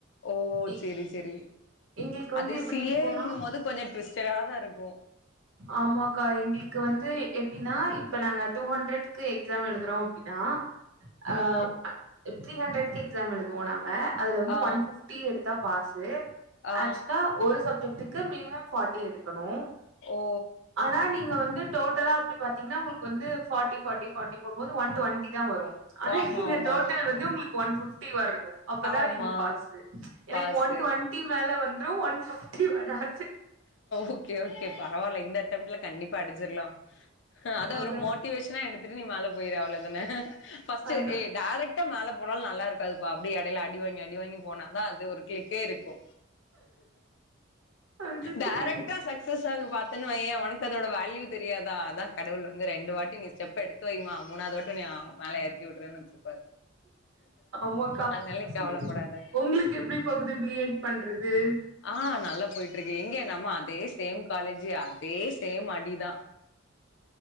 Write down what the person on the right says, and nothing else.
எ
எங்களுக்கு
வந்து எப்டி
இருக்கும்னா
ஆமாக்கா எங்ளுக்கு வந்து எப்டினா இப்ப நாங்க டூ ஹண்ட்ரட்க்கு எக்ஸாம் எழுதுறோ அப்டின் னா அ
த்ரீ ஹண்ட்ரடுக்கு எக்ஸாம் எழுதுவோ நாங்க அதுல வந்து
ஒன் ஃபிஃப்டி எடுத் பாசு
ஆக்சுவலா ஒரு சப்ஜெட்டுக்டுக்கு மினமம் பார்டி எடுக்கணு
ஆனா நீங்க வந்து டோட்டலா அப்படி பாத்தீங்கன்னா உங்களுக்கு வந்து பார்ட்டி பார்ட்டி பர்ட்டி போடும்பது ஒன் டுவென்டி தா வரும் ஆனா
டோட்டல் வந்து உங்களுக்கு ஒன் பிப்டி வரனும் அப்பதா
நீங்க பாசு எனக்கு
ஒன் டுவென்டி மேல வந்து ஒன் பிப்டி வராது
அதா
அதா
அது
சரி
ஆமாக்கா
சரி
உங்களுக்கு எப்டி போகுது பி எட் பண்றது